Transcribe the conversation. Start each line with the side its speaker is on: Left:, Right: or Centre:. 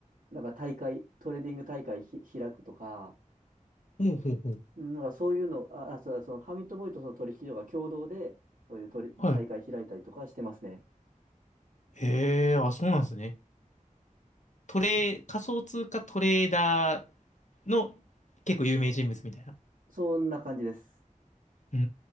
Right: なんか大会、トレーディング大会ひ開くとか、
Left: い。ほうほうほう。
Right: うんなんかそういうの、あ、あそう、そのファミットボーイとその取引所が共同で、そういう取り大会開いたりとかしてますね。
Left: はい。へえ、あ、そうなんですね。トレー、仮想通貨トレーダーの結構有名人物みたいな。
Right: そんな感じです。
Left: うー